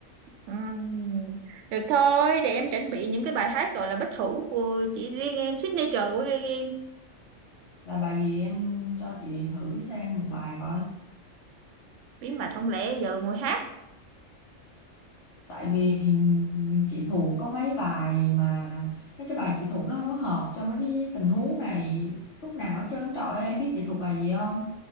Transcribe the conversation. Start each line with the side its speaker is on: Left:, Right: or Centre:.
Right: Ừm, Được thôi, để em chuẩn bị những cái bài hát gọi là bất hủ của chỉ riêng em, signature của riêng em.
Left: là bài gì em cho chị thử xem một bài coi
Right: Bí mật không lẽ giờ ngồi hát
Left: tại vì chị thuộc có mấy bài mà mấy cái bài chị thuộc nó không có hợp cho mấy cái tình huống này lúc nào hết trơn trọi em biết chị thuộc bài gì không